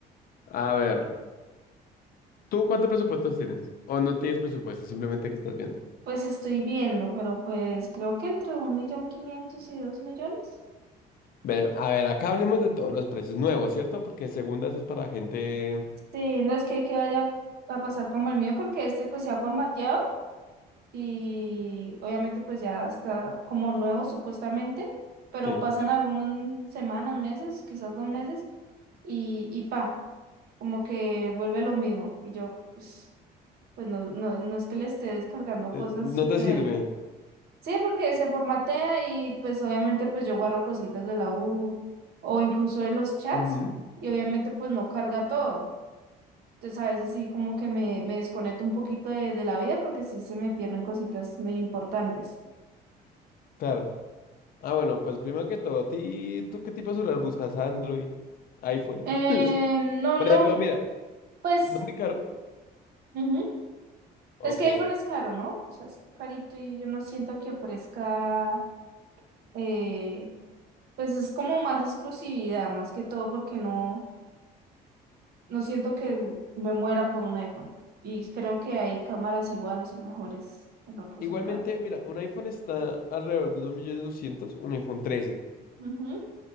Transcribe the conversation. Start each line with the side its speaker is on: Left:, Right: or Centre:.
Left: A ver, ¿tú cuántos presupuestos tienes? ¿O no tienes presupuesto? Simplemente que estás viendo.
Right: Pues estoy viendo, pero pues creo que entre un millón quinientos y dos millones.
Left: Ve- a ver, acá hablemos de todos los precios nuevos, ¿cierto? Porque segunda eso es para gente...
Right: Sí, no es que, que vaya a pasar como el mío, porque este pues se ha formateado y obviamente pues ya está como nuevo supuestamente, pero
Left: Sí.
Right: pasan algunas semanas, meses, quizás dos meses, y, y pa, como que vuelve lo mismo. Y yo, pues, Pues no, no, no es que le esté descargando
Left: Eh,
Right: cosas
Left: No
Right: súper.
Left: te sirve.
Right: Sí, porque se formatea y pues obviamente pues yo guardo cositas de la U o incluso de los chats
Left: Ujú,
Right: y obviamente pues no carga todo. Entonces a veces sí como que me, me desconecto un poquito de, de la vida porque sí se me pierden cositas medio importantes.
Left: claro. Ah, bueno, pues primero que todo, ti- ¿tú qué tipo de celular buscas? Android, iPhone.
Right: Eh,
Left: <laughs>
Right: no,
Left: Por
Right: no,
Left: ejemplo, mira,
Right: pues
Left: no muy caro.
Right: ujú.
Left: Ok.
Right: Es que iPhone es caro, ¿no? O sea, es carito y yo no siento que ofrezca, eh, pues es como más exclusividad, más que todo porque no. no siento que me muera por un iPhone. Y creo que hay cámaras iguales o mejores en otros
Left: Igualmente,
Right: celulares.
Left: mira, un iPhone está alrededor de 2.200.000, un iPhone trece
Right: Ujú,